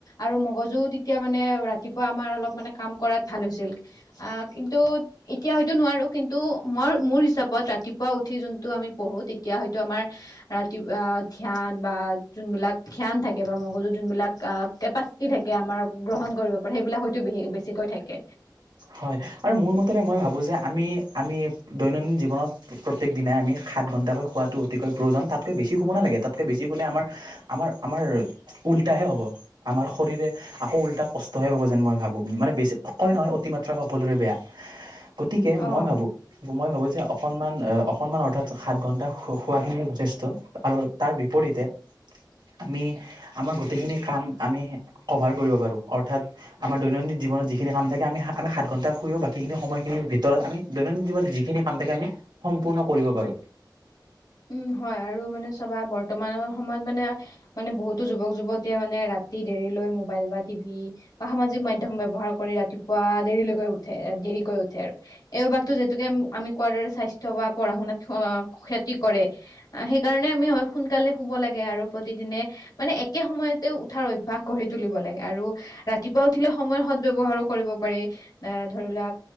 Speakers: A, on the left; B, on the right.
A: আৰু মগজু এতিয়া মানে ৰাতিপুৱা আমাৰ অলপ মানে কাম কৰাত ভাল হৈছিল কিন্তু এতিয়া হয়তো নোৱাৰি আৰু কিন্তু মই মোৰ হিচাপত ৰাতিপুৱা উঠি জোনটো আমি পৰহো তেতিয়া হয়টো আমাৰ ধ্যান বা যোনবিলাক ধ্যান থাকে বা মগজুৰ যোনবিলাক কেপাচিটি থাকে আমাৰ আৰু গ্ৰহণ কৰিব পাৰে সেইবিলাক হয়তো বেছিকৈ থাকে।
B: হয়। আৰু মোৰ মতে মই ভাবোঁ যে আমি আমি দৈনন্দিন জীৱনত প্ৰত্যেক দিনাই আমি সাত ঘণ্টা খোৱাটো অতিকৈ প্ৰয়োজন তাতকৈ বেছি শুব নালাগে তাতকৈ বেছি শুলে আম আমাৰ আমাৰ উলটাহে হ'ব আমাৰ শৰীৰে আকৌ উল্টা কষ্টহে পাব যেন মই ভাবো মানে বেছি কয় নহয় অতিমাত্ৰা শ সকলোৰে বেয়া গতিকে
A: অ
B: মই ভাবোঁ মই ভাবোঁ যে অকণমান অকণমান অৰ্থাৎ সাত ঘণ্টা শোৱাখিনিয়ে যথেষ্ট আৰু তাৰ বিপৰীতে আমি আমাৰ গোটেইখিনি কাম আমি কভাৰ কৰিব পাৰো অৰ্থাৎ আমাৰ দৈনন্দিন জীৱনত যিখিনি কাম থাকে আমি আমি সাত আঠ ঘণ্টা শুইও বাকীখিনি সময়খিনিৰ ভিতৰত আমি দৈনন্দিন জীৱনত যিখিনি কাম থাকে আমি সম্পূৰ্ণ কৰিব পাৰোঁ
A: উম হয় আৰু মানে চাবা বৰ্তমানৰ সময়ত মানে মানে বহুতো যুৱক যুৱতীয়ে মানে ৰাতি দেৰিলৈ মবাইল বা টিভি বা সামাজিক মাধ্যম ব্যৱহাৰ কৰি ৰাতিপুৱা দেৰিলৈকে উঠে এ দেৰিকৈ উঠে আৰু এইবাসটো যিহেতুকে আমি কোৱাৰ দৰে স্বাস্থ্য বা পঢ়া শুনাত ক্ষতি কৰে সেইকাৰণে আমি হয় সোন সোনকালে শুব লাগে আৰু প্ৰতিদিনে মানে একে সময়তে উঠাৰ অভ্যাস কৰি তুলিব লাগে আৰু ৰাতিপুৱা উঠিলে সময় সত ব্যৱহাৰো কৰিব পাৰি অ ধৰিলা